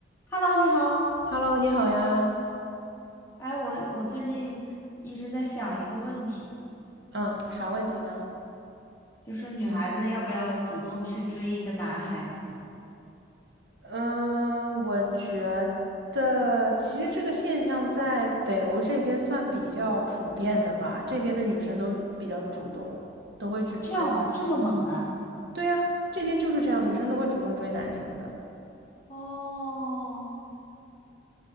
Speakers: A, on the left (about 15°); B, on the right (about 65°).
A: Hello，你好。
B: Hello，你好呀。
A: 哎，我我最近一直在想一个问题，
B: 嗯，啥问题呢？
A: 就是女孩子要不要主动去追一个男孩子？
B: 嗯，我觉得其实这个现象在北欧这边算比较普遍的吧，这边的女生都比较主动，都会去主动去。
A: 这样的，这么猛的？
B: 对呀，这边就是这样，女生都会主动追男生的。
A: 哦，